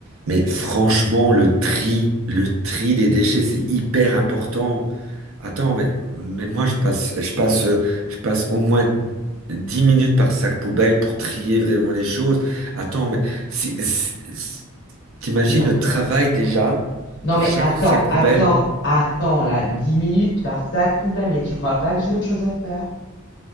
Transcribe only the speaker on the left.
Non
mais,
non mais, non
mais
attends,
attends,
attends là, 10 minutes par ça sac poubelle, mais tu crois pas que j'ai autre chose à faire?